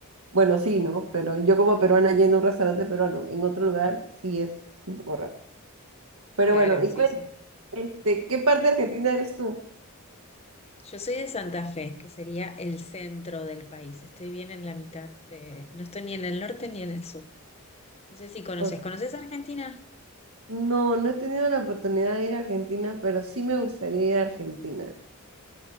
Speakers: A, on the right; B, on the left.
A: Bueno, sí, ¿no? Pero yo como peruana yendo a un restaurante peruano en otro lugar, sí es, es un poco raro. Pero
B: Claro,
A: bueno, y
B: sí,
A: cuéntame,
B: sí.
A: este, ¿qué parte de Argentina eres tú?
B: Yo soy de Santa Fe, que sería el centro del país. Estoy bien en la mitad de... No estoy ni en el norte ni en el sur. No sé si conoces.
A: ¿O
B: ¿Conoces Argentina?
A: No, no he tenido la oportunidad de ir a Argentina, pero sí me gustaría ir a Argentina.